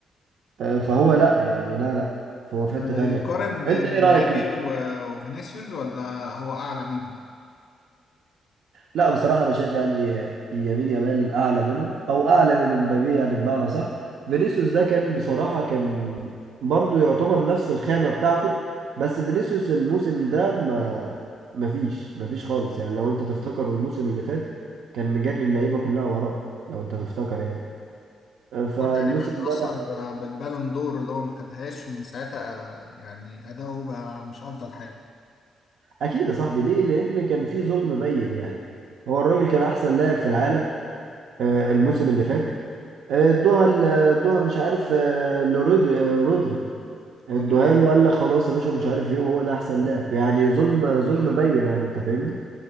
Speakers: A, on the right (about 80°); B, on the left (about 65°).
A: آه، فهو لأ يعني لا لأ فهو في حتة
B: طب يتقارن
A: تانية بصراحة.
B: بمبابي
A: أنت إيه رأيك فيه؟
B: و- وفينيسيوس ولا هو اعلى منهم
A: لا بصراحة أنا شايف يعني يمين يامال أعلى منه أو أعلى من امبابي يعني بمعنى صح فينيسيوس ده كان بصراحة كان برضو يعتبر نفس الخامة بتاعته بس فينيسيوس الموسم ده ما ما فيش ما فيش خالص يعني لو أنت تفتكر الموسم اللي فات كان مجري اللعيبة كلها وراه لو أنت تفتكر يعني فالموسم
B: هو تقريبا اتأثر
A: ده لا
B: آه، بالبالون دور اللي هو ما خدهاش ومن ساعتها آه، يعني أداؤه بقى مش أفضل حاجة
A: أكيد يا صاحبي ليه لأن كان في ظلم بين يعني هو الراجل كان أحسن لاعب في العالم آه، الموسم اللي فات ادوها ال- ادوها مش عارف آه، لرود- آه، رودري ادوها
B: رودري
A: له وقال لك خلاص يا باشا مش عارف ايه وهو ده احسن لاعب يعني ظلم ظلم بين يعني انت فاهمني